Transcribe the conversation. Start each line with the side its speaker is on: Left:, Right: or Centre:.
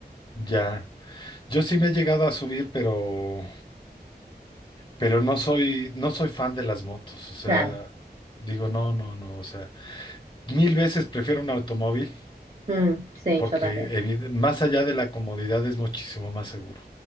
Left: ya. Yo sí me he llegado a subir, pero, pero no soy, no soy fan de las motos. O sea,
Right: Claro,
Left: digo, no, no, no. O sea, mil veces prefiero un automóvil
Right: Mm, sí,
Left: porque
Right: yo también.
Left: evide- más allá de la comodidad es muchísimo más seguro.